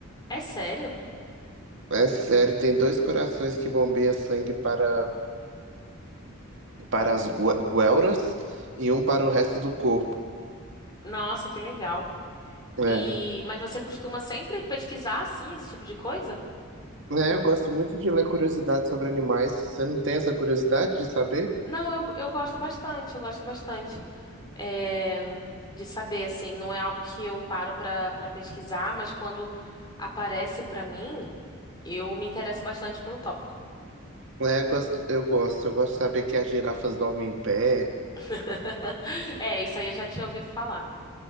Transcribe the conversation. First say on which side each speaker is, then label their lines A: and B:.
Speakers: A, on the left; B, on the right.
A: É sério?
B: É sério, tem dois corações que bombeiam sangue para, para as gué- guelras e um para o resto do corpo.
A: Nossa, que legal.
B: É.
A: E, mas você costuma sempre pesquisar assim esse tipo de coisa?
B: É, eu gosto muito de ler curiosidades sobre animais. Você não tem essa curiosidade de saber?
A: Não, eu, eu gosto bastante, eu gosto bastante é, de saber assim. Não é algo que eu paro pra para pesquisar, mas quando aparece pra mim, eu me interesso bastante pelo tópico.
B: É, gosto, eu gosto. Eu gosto de saber que as girafas dormem em pé.
A: <laughs> É, isso aí eu já tinha ouvido falar.